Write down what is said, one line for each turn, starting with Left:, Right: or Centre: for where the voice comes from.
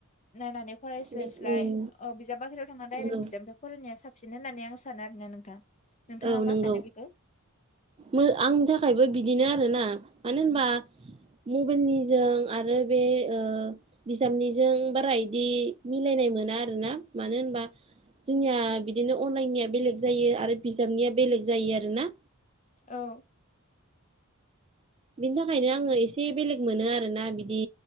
Left: नायनानै फरायस्लायस्लाय
Right: बि ओं
Left: ओ बिजाब बाख्रियाव थांनानै डाइरेक्ट
Right: नंगौ
Left: बिजाब फरायनाया साबसिन होननानै आं सानो आरोना नोंथां। नोंथाङा
Right: औ
Left: मा
Right: नोंगौ
Left: सानो बेखौ
Right: मो आंनि थाखायबो बिदिनो आरोना मानो होनबा मबाइल निजों आरो बे ओ बिजाबनिजों बारा इ दि मिलायनाय मोना आरो ना। मानो होनबा जोंनिया बिदिनो अनलाइननिया बेलेग जायो आरो बिजाबनिया बेलेग जायो आरो ना।
Left: औ।
Right: बिनि थाखायनो आङो एसे बेलेग मोनो आरो ना बिदि